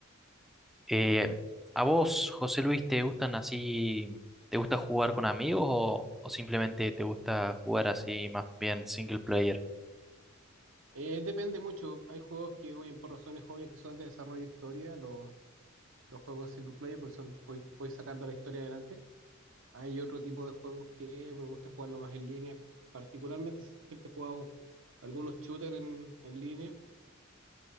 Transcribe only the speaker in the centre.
Eh, ¿a vos, José Luis, te gustan así, te gusta jugar con amigos o, o simplemente te gusta jugar así más bien single player?